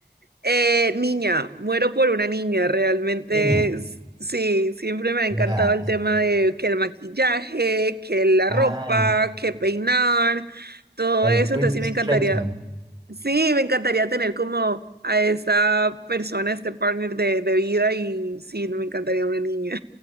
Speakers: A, on the right; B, on the right.
A: Eh, niña, muero por una niña, realmente
B: Niña.
A: s- sí, siempre me ha encantado
B: Ya,
A: el
B: bien.
A: tema de que el maquillaje, que la
B: Ah,
A: ropa,
B: ya.
A: que peinar, todo
B: El
A: eso,
B: Princess
A: entonces sí me encantaría,
B: Treatment.
A: sí, me encantaría tener como a esta persona, este partner de, de vida y sí, me encantaría una niña.